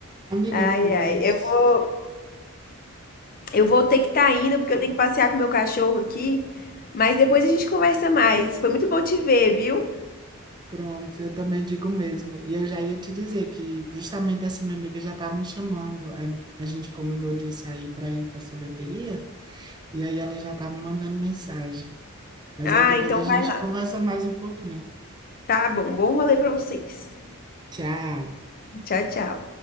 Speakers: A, on the right (about 20°); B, on the left (about 40°).
A: Amiga,
B: Ai,
A: pois.
B: ai. Eu vou, eu vou ter que estar indo, porque eu tenho que passear com meu cachorro aqui. Mas depois a gente conversa mais. Foi muito bom te ver, viu?
A: Pronto, eu também digo o mesmo. E eu já ia te dizer que justamente essa minha amiga já tá me chamando. é, A gente combinou de sair para ir para sorveteria, e aí ela já tá me mandando mensagem. Mas
B: Ah,
A: aí depois
B: então
A: a gente
B: vai lá.
A: conversa mais um pouquinho.
B: Tá bom. Bom rolê pra vocês.
A: Tchau.
B: Tchau, tchau.